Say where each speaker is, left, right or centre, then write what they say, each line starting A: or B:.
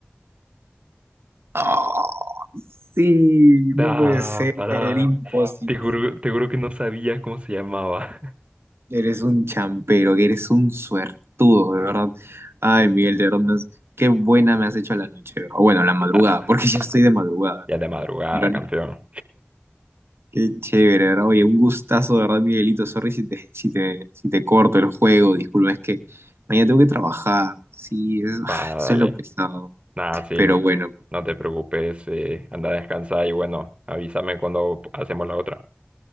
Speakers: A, on the right; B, on the right.
A: Oh, sí,
B: da
A: no puede ser,
B: para.
A: imposible.
B: Te juro, te juro que no sabía cómo se llamaba. <laughs>
A: Eres un champero, eres un suertudo, de verdad. Ay, Miguel, de verdad, me has- qué buena me has hecho la noche, de ¿verdad? O Bueno, la madrugada,
B: Ah,
A: porque <laughs> ya estoy de madrugada acá.
B: ya de madrugada,
A: Pero
B: campeón.
A: nada, qué chévere, de ¿verdad? Oye, un gustazo, de ¿verdad, Miguelito? Sorry si te, si te, si te corto el juego, disculpa, es que mañana tengo que trabajar. Sí, es-
B: Vale.
A: ay, eso es lo pesado.
B: Nada, sí,
A: Pero
B: me-
A: bueno,
B: no te preocupes, eh, anda a descansar y bueno, avísame cuando hacemos la otra.